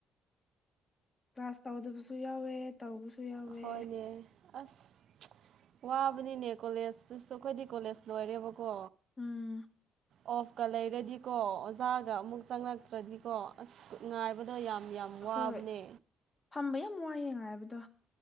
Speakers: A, on the left; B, on the right.
A: ꯀ꯭ꯂꯥꯁ ꯇꯧꯗꯕꯁꯨ ꯌꯥꯎꯋꯦ ꯇꯧꯕꯁꯨ ꯌꯥꯎꯋꯦ
B: ꯍꯣꯢꯅꯦ ꯑꯁ ꯋꯥꯕꯅꯤꯅꯦ ꯀꯣꯂꯦꯖꯇꯨꯁꯨ ꯑꯩꯈꯣꯏꯗꯤ ꯀꯣꯂꯦꯖ ꯂꯣꯏꯔꯦꯕꯀꯣ
A: ꯎꯝ
B: ꯑꯣꯐꯀꯥ ꯂꯩꯔꯗꯤꯀꯣ ꯑꯣꯖꯥꯒ ꯑꯃꯨꯛ ꯆꯪꯪꯂꯛꯇ꯭ꯔꯗꯤꯀꯣ ꯑꯁ ꯉꯥꯏꯕꯗꯣ ꯌꯥꯝ ꯌꯥꯝ ꯋꯥꯕꯅꯦ
A: ꯍꯣꯏ ꯐꯝꯕ ꯌꯥꯝ ꯋꯥꯏꯌꯦ ꯉꯥꯏꯕꯗꯣ